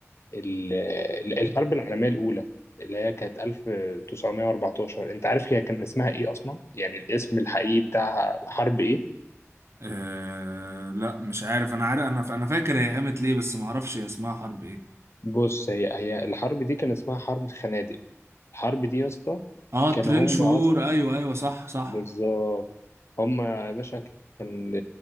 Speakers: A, on the left (about 60°); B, on the right (about 60°).
A: ال- ال- الحرب العالمية الأولى اللي هي كانت 1914 أنت عارف هي كان اسمها إيه أصلا؟ يعني الاسم الحقيقي بتاعها حرب إيه؟
B: أه لا مش عارف أنا عارف أنا ف- أنا فاكر هي قامت ليه بس معرفش هي اسمها حرب إيه
A: بص هي هي الحرب دي كان اسمها حرب الخنادق الحرب دي يا اسطى
B: اه
A: كانوا
B: ترين
A: هم
B: شهور
A: الخنادق اصلا
B: أيوه أيوه صح صح
A: بالظبط هم يا باشا كان